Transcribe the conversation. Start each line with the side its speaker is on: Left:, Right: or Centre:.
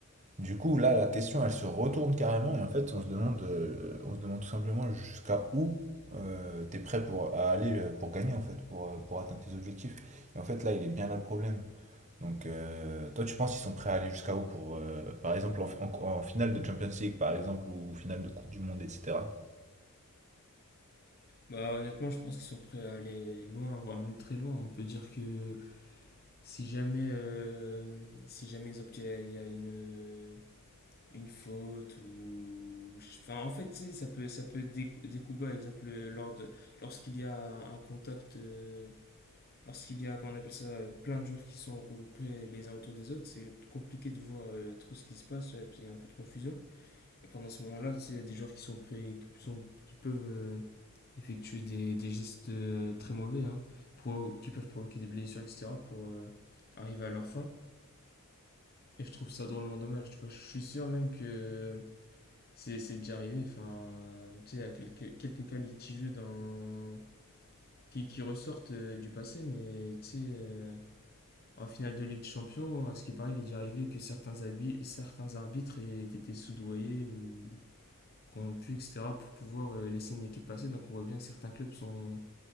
Right: Du coup, là, la question, elle se retourne carrément et en fait, on se demande, euh, on se demande tout simplement jusqu'à où euh, t'es prêt pour à aller euh, pour gagner en fait, pour, euh, pour atteindre tes objectifs. Et en fait, là, il est bien là le problème. Donc, euh, toi, tu penses qu'ils sont prêts à aller jusqu'à où pour, euh, par exemple, en, en- en finale de Champions League, par exemple, ou finale de Coupe du Monde, etc.
Left: Bah honnêtement, je pense qu'ils sont prêts à aller loin, voire même très loin. On peut dire que si jamais, euh, si jamais exemple il y a, il y a une une faute ou enfin en fait tu sais, ça peut ça peut être des, des coups bas exemple lors de- lorsqu'il y a un contact euh, lorsqu'il y a, comment on appelle ça, euh, plein de joueurs qui sont regroupés les uns autour des autres, c'est compliqué de voir euh, trop ce qui se passe, ouais, parce qu'il y a un peu de confusion. Et pendant ce moment-là, tu sais, il y a des joueurs qui sont prêts, qui, sont, qui peuvent euh, effectuer des, des gestes euh, très mauvais, hein, pro- qui peuvent provoquer des blessures, etc., pour euh, arriver à leur fin. Et je trouve ça drôlement dommage, tu vois. Je suis sûr même que c'est c'est déjà arrivé, enfin, tu sais, il y a quelques, quelques cas litigieux dans... qui, qui ressortent euh, du passé, mais tu sais. euh, En finale de Ligue des Champions, à ce qui paraît, il est déjà arrivé que certains, certains arbitres aient été soudoyés ou corrompus, etc., pour pouvoir euh, laisser une équipe passer. Donc on voit bien que certains clubs sont,